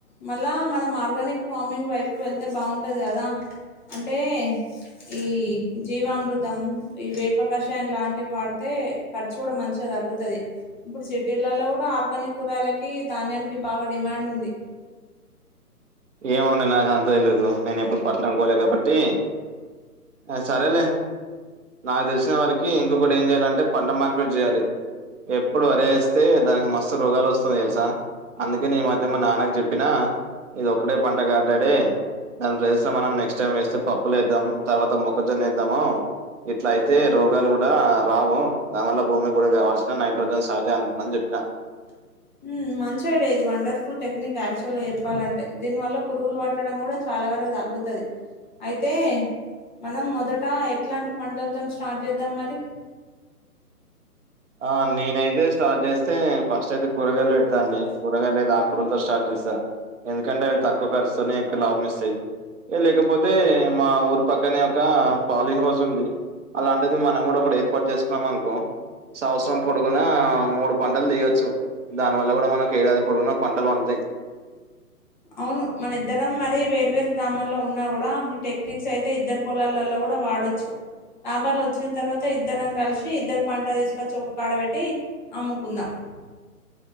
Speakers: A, on the left; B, on the right.
A: మళ్ళా మనం ఆర్గానిక్ ఫార్మింగ్ వైపు వెళ్తే బాగుంటది కదా అంటే ఈ జీవామృతం ఈ వేప కషాయం లాంటివి వాడితే కె ఖర్చు కూడా మంచిగా తగ్గుతది ఇప్పుడు సిటీలలో కూడా ఆర్గానిక్ కూరయలకి ధాన్నికి బాగా డిమాండ్ ఉంది
B: ఏమో అండి నాకు అంత తెలిదు నేను ఎప్పుడు పట్టణం పోలే కాబట్టి ఆ సరేలేే నాకు తెలిసిన వరకి ఇంకొకటి ఏం చెయాలంటే పంట మార్పిట్ చేయాలి ఎప్పుడు వరి వేస్తే దానికి మస్తు రోగాలు వస్తుంది తెలుసా అందుకే నీ మధ్య మా నాన్నకు చెప్పినా ఇది ఒక్కడే పంట కాదు డాడీ దాని ప్లేస్ల మనం నెక్స్ట్ టైం వేస్తే పప్పులు వేద్దాం తర్వాత మొక్కజొన్న వేద్దాము. ఇట్లా అయితే రోగాలు కూడా రావు దానివల్ల భూమి కూడా కావాల్సిన నైట్రోజన్ సహజ అంటుందని చెప్పిన.
A: <inaudible> మంచిగాడే ఇది వండర్ఫుల్ టెక్నిక్ యాక్చువల్ గా చెప్పాలంటే దీని వల్ల పురుగులు పట్టడం కూడా చాలా. చాలా వరకు తగుతది అయితే. మనం మొదట ఎట్లాంటి పంటలతో స్టార్ట్ చేద్దాం మరి.
B: ఆ నేన అయితే స్టార్ట్ చేస్తే ఫస్ట్ అయితే కూరగాయలు పెడతాండి కూరగాయలు. ఆకరులతో స్టార్ట్ చేసా ఎందుకంటే అవి తక్కువ ఖర్చుతోనే ఎక్కువ లాభం ఇస్తాయి. ఏ లేకపోతే మా ఊరు పక్కనే ఒక పాలింగ్ హౌస్ ఉంది. అలాంటిది మనం కూడా ఒకటి ఏర్పాటు చేసుకున్నాం అనుకో. సంవత్సరం పొడుగున మూడు పంటలు తీయొచ్చు దాని వల్ల కూడా మనకు ఏడాది పొడుగున పంటలు పండుతాయి.
A: అవును మన ఇద్దరం మరి వేరువేరు గ్రామాల్లో ఉన్నా కూడా ఈ టెక్నిక్స్ అయి. అయితే ఇద్దరు పొలాలలో కూడా వాడొచ్చు. లాభాలు వచ్చిన తర్వాత ఇద్దరం కలిసి ఇద్దరు పంట తీసుకొచ్చి ఒక కాడ పెట్టి అమ్ముకుందాం. ఆ